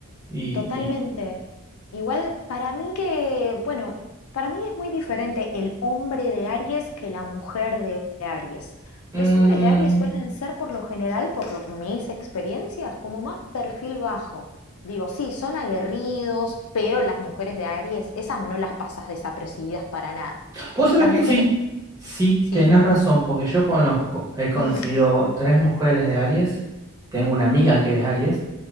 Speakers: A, on the right; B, on the left.
A: y,
B: Totalmente.
A: y,
B: Igual para mí que, bueno, para mí es muy diferente el hombre de Aries que la mujer de Aries.
A: mm,
B: Los hombres de Aries suelen ser por lo general, por lo, mis experiencias, como más perfil bajo. Digo, sí, son aguerridos, pero las mujeres de Aries, esas no las pasas desapercibidas para nada.
A: Vos sabés
B: Las
A: que
B: mujeres,
A: sí, sí,
B: sí,
A: tenés razón, porque yo conozco, he conocido
B: <laughs>
A: tres mujeres de Aries, tengo una amiga que es Aries,